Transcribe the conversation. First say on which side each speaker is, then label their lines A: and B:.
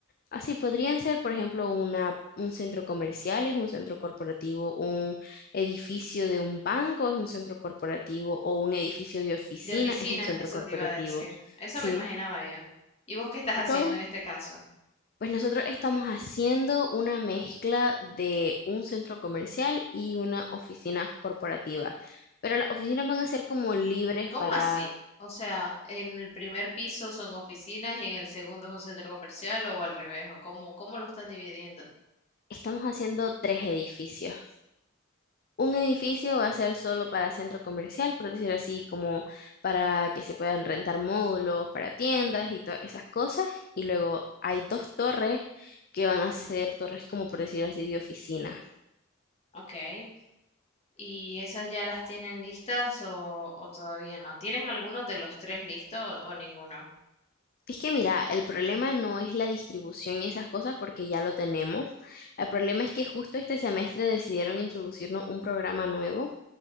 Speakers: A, on the left (about 45°); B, on the left (about 30°).
A: Así podrían ser, por ejemplo, una, un centro comercial, es un centro corporativo, un edificio de un banco es un centro corporativo o un edificio de oficina
B: De oficina,
A: es un centro
B: eso
A: corporativo.
B: te iba a decir. Eso
A: Sí,
B: me imaginaba yo. ¿Y vos qué estás haciendo
A: todo.
B: en este caso?
A: Pues nosotros estamos haciendo una mezcla de un centro comercial y una oficina corporativa, pero las oficinas van a ser como libres
B: ¿Cómo
A: para,
B: así? O sea, en el primer piso son oficinas y en el segundo es un centro comercial o al revés, o cómo, cómo lo están dividiendo.
A: estamos haciendo tres edificios. un edificio va a ser solo para centro comercial, por decirlo así, como para que se puedan rentar módulos para tiendas y todas esas cosas. Y luego hay dos torres que van a ser torres como por decirlo así de oficina.
B: Ok. ¿Y esas ya las tienen listas o, o todavía no? ¿Tienen algunos de los tres listos o ninguno?
A: Es que mira, el problema no es la distribución y esas cosas porque ya lo tenemos. El problema es que justo este semestre decidieron introducirnos un programa nuevo